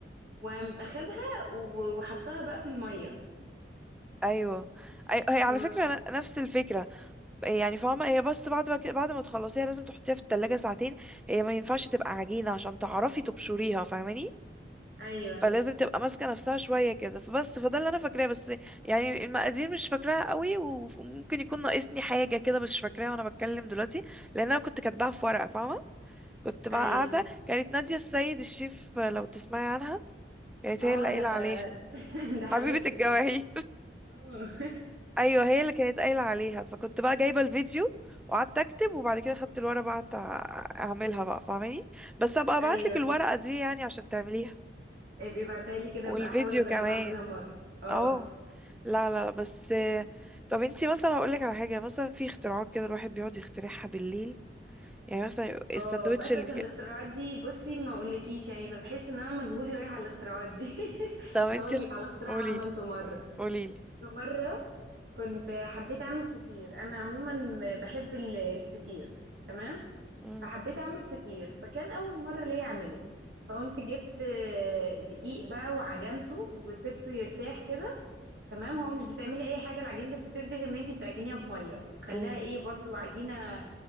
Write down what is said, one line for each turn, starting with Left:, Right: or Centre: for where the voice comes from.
Right: وقام اخدها و- وحطها بقى في الميه
Centre: ايوه أي... هي على
Right: آه،
Centre: فكره ن- نفس الفكره يعني فاهمه هي بس بعد ما كده- بعد ما تخلصيها لازم تحطيها في التلاجة ساعتين هي ما ينفعش تبقى عجينه عشان تعرفي تبشريها فاهماني
Right: ايوه
Centre: فلازم تبقى ماسكه نفسها شويه كده فبس فده اللي انا فاكراه بس يعني المقادير مش فاكراها قوي وممكن يكون ناقصني حاجه كده مش فاكراها وانا بتكلم دلوقتي لان انا كنت كاتباها في ورقه فاهمه كنت بقى
Right: ايوه
Centre: قاعده كانت ناديه السيد الشيف لو تسمعي عنها كانت
Right: اه
Centre: هي اللي قايله
Right: ده
Centre: عليه
Right: <laughs> ده حبيبتي
Centre: حبيبه الجواهي
Right: دي اه
Centre: ايوه هي اللي كانت قايله عليها فكنت بقى جايبه الفيديو وقعدت اكتب وبعد كده خدت الورقه بقى قعدت أع- اعملها بقى فاهماني بس ابقى ابعت
Right: <laughs> ايوه
Centre: لك الورقه دي يعني عشان تعمليها
Right: ابقي ابعتها لي كده
Centre: والفيديو
Right: ابقى احاول اجرب
Centre: كمان
Right: اعملها مره اه
Centre: اه لا لا لا، بس طب انتي مثلا هقول لك على حاجه مثلا في اختراعات كده الواحد بيقعد يخترعها بالليل يعني مثلا الساندوتش
Right: اه بس
Centre: اللي
Right: عشان الاختراعات دي بصي ما اقولكيش يعني بحس ان انا مجهودي رايح على الاختراعات دي <laughs>
Centre: طب انتي
Right: هقول لك على اختراع
Centre: قولي
Right: عملته مره
Centre: قولي لي
Right: في مره كنت حبيت اعمل فطير انا عموما م- بحب ال- الفطير تمام
Centre: امم
Right: فحبيت اعمل فطير فكان اول مره ليا اعمله فقمت جبت آه، دقيق بقى وعجنته وسبته يرتاح كده تمام هو مش بتعملي اي حاجه لعجينه الفطير دي غير ان انت بتعجنيها بميه وتخليها
Centre: امم
Right: ايه برضو عجينه